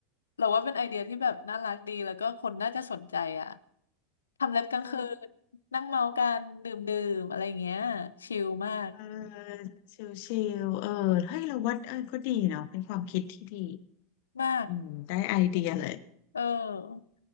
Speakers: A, on the left (about 80°); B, on the left (about 60°).
A: เราว่าเป็นไอเดียที่แบบน่ารักดีแล้วก็คนน่าจะสนใจอ่ะทำเล็บกลางคืน
B: เออ
A: นั่งเมากันดื่มดื่มอะไรอย่างเงี้ยชิลมาก
B: เออเออชิลๆเออเฮ้ยเราว่าเออก็ดีเนาะเป็นความคิดที่ดี
A: มาก
B: อืมได้ไอเดียเลย
A: เออ